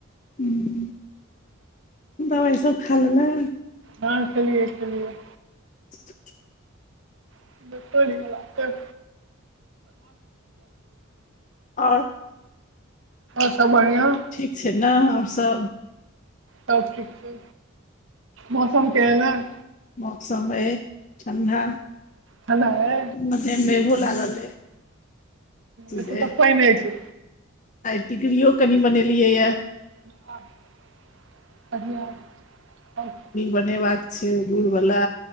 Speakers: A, on the left; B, on the right.
A: हु दबाई सब खालेलै
B: हँ खेलियै खलियै
A: <inaudible>
B: <unintelligible> आँर
A: आओर
B: सब बढ़ियां
A: छी ना हम सब
B: सब ठीक छै मौसम केहनय
A: मौसम अय ठण्डा
B: ठण्डा अइ
A: मने मेघो लागल रहै
B: एतऽ तऽ पानि होछै
A: आई टिकड़ियो कनि बनेलियै यऽ
B: <unintelligible>
A: बनेबाका छै गूड़ वला